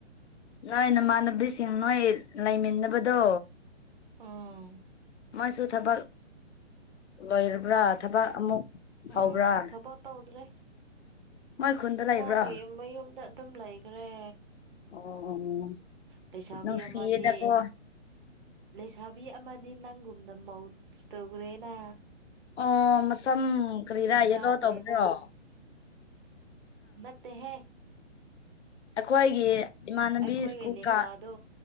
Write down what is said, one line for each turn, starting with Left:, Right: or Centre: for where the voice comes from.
Left: ꯅꯣꯏ ꯅꯃꯥꯟꯅꯕꯤꯁꯤꯡ ꯅꯣꯏ ꯂꯩꯃꯤꯟꯅꯕꯗꯣ
Right: ꯑꯝ
Left: ꯃꯣꯏꯁꯨ ꯊꯕꯛ ꯂꯣꯏꯔꯕ꯭ꯔꯥ ꯊꯕꯛ ꯑꯃꯨꯛ ꯍꯧꯕ꯭ꯔꯥ
Right: ꯑꯝ ꯊꯕꯛ ꯇꯧꯗ꯭ꯔꯦ
Left: ꯃꯣꯏ ꯈꯨꯟꯗ ꯂꯩꯕ꯭ꯔꯥ
Right: ꯃꯥꯒꯤ ꯃꯌꯨꯝꯗ ꯑꯗꯨꯝ ꯂꯩꯒꯔ꯭ꯦ
Left: ꯑꯣ
Right: ꯂꯩꯁꯥꯕꯤ
Left: ꯅꯨꯡꯁꯤꯌꯦꯗꯀꯣ
Right: ꯑꯃꯗꯤ ꯂꯩꯁꯥꯕꯤ ꯑꯃꯗꯤ ꯅꯪꯒꯨꯝꯅ ꯃꯧꯁ ꯇꯧꯒꯔ꯭ꯦꯅ
Left: ꯑꯣ ꯃꯁꯝ ꯀꯔꯤꯔꯥ ꯌꯦꯜꯂꯣ
Right: ꯀꯥꯈ꯭ꯔꯦꯅ
Left: ꯇꯧꯕꯔꯣ
Right: ꯅꯠꯇꯦꯍꯦ
Left: ꯑꯩꯈꯣꯏꯒꯤ ꯏꯃꯥꯟꯅꯕꯤ
Right: ꯑꯩꯈꯣꯏꯒꯤ
Left: ꯁ꯭ꯀꯨꯜꯀꯥ
Right: ꯂꯦꯡꯒꯥꯗꯣ